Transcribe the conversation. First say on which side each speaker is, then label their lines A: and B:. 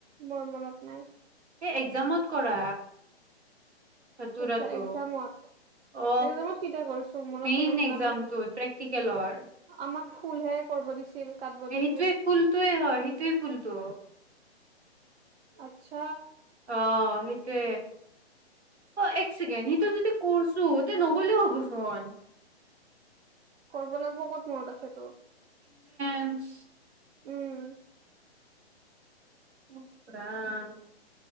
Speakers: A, on the right; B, on the right.
A: মোৰ মনত নাই।
B: এই এক্জামত কৰা ধতুৰাটো
A: আচছা এক্জামত
B: অ
A: এক্জামত কেতিয়া কৰিছো মনতে
B: মেইন
A: নাছিল
B: এক্জামটোত
A: আমাক
B: প্ৰেক্টিকেলৰ
A: আমাক ফুলহে কৰিব দিছিল কাটব
B: সেইটোৱে
A: দিছিল
B: ফুলটোৱে হয় সেইটোৱে ফুলটো
A: আত্ছা
B: অ সেইটো তে অ এক ছেকেণ্ড সটো যদি কৰছো তে নগ'লেও হ'বচোন
A: কৰিব লাগিব ক'ত মনত আছে তোৰ
B: উঞ্চ
A: উম'
B: উখ ৰাম